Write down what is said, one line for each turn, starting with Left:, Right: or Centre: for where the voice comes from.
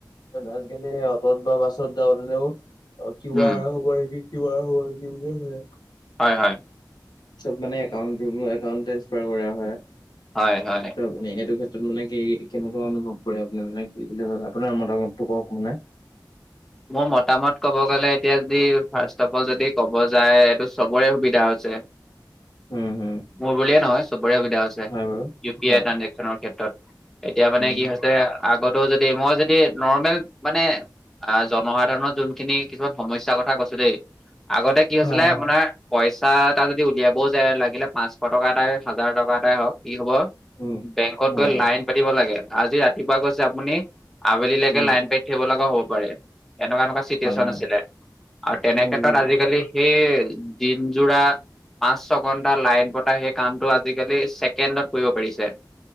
Left: আজিকালি অ'টত বা বাছত যাওঁতেও- অ', কিওৱাৰ
Centre: উম
Left: হ'ব নিকি, কিওৱাৰ হ'ব নেকি বুলিহে সোধে।
Centre: হয় হয়
Left: চব মানে একাউণ্ট, একাউন্ট ট্ৰেন্সফাৰ কৰা হয়।
Centre: হয় হয়।
Left: আপুনি এইটো ক্ষেত্ৰত মানে কি, কেনেকুৱা অনুভৱ কৰে? আপুনি মানে আপোনাৰ মতামতটো কওক মানে।
Centre: মোৰ মতামত ক'ব গ'লে এতিয়া যদি ফাৰ্ষ্ট অফ অল যদি ক'ব যায়, এইটো চবৰে সুবিধা হৈছে।
Left: উম্,
Centre: মোৰ বুলিয়ে নহয় চবৰে সুবিধা হৈছে।
Left: বাৰু
Centre: ইউ পি
Left: হয়
Centre: আই ট্ৰেঞ্জেকচনৰ ক্ষেত্ৰত, এতিয়া মানে
Left: উম,
Centre: কি হৈছে? আগতো যদি, মই যদি নৰ্মেল মানে আহ্ জনসাধাৰণৰ যোনখিনি কিছুমান সমস্যাৰ কথা কৈছোঁ দেই। আগতে কি
Left: হয়,
Centre: হৈছিলে
Left: হয়।
Centre: আপোনাৰ পইচা এটা যদি উলিয়াবও যায়, লাগিলে পাঁচশ টকা এটাই হওঁক, হাজাৰ টকা এটাই হওঁক, কি হ'ব?
Left: উম,
Centre: বেংকত
Left: হয়,
Centre: গৈ
Left: হয়।
Centre: লাইন পাতিব লাগে, আজি ৰাতিপুৱা গৈছে আপুনি আবেলিলৈকে
Left: উম,
Centre: লাইন পাতি থাকিব লগাও হ'ব পাৰে, এনেকুৱা এনেকুৱা চিটুৱেচন
Left: হয়, হয়।
Centre: আছিলে। আৰু তেনে
Left: উম,
Centre: ক্ষেত্ৰত আজিকালি সেই দিন যোৰা পাঁচ, ছঘন্টা লাইন পতা সেই কামটো আজিকালি ছেকেণ্ডত কৰিব পাৰিছে।